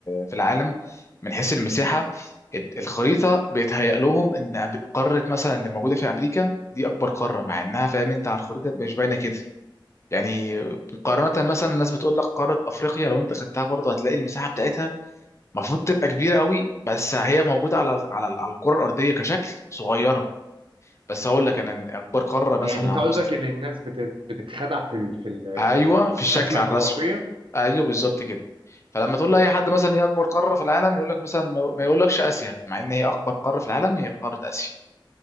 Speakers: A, on the left (about 35°); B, on the right (about 85°).
A: في العالم من حيث المساحه ال- الخريطه بيتهيأ لهم ان أمر- قاره مثلا اللي موجوده في امريكا دي اكبر قاره مع انها فاهم انت على الخريطه مش باينه كده يعني مقارنه مثلا الناس بتقول لك قاره افريقيا لو انت خدتها برضه هتلاقي المساحه بتاعتها المفروض تبقى كبيره قوي بس هي موجوده على على على الكره الارضيه كشكل صغيره بس هقول لك انا إن اكبر قاره
B: يعني
A: مثلا
B: أنت
A: على
B: قصدك
A: مستوى
B: إن الناس بت- بتتخدع في ال... في ال- آه،
A: ايوه في الشكل
B: الرسمة
A: على
B: الجغرافية
A: الرسم ايوه بالظبط كده فلما تقول لاي حد مثلا ايه اكبر قاره في العالم يقول لك مثلا ما ما يقولكش اسيا مع ان هي اكبر قاره في العالم هي قاره اسيا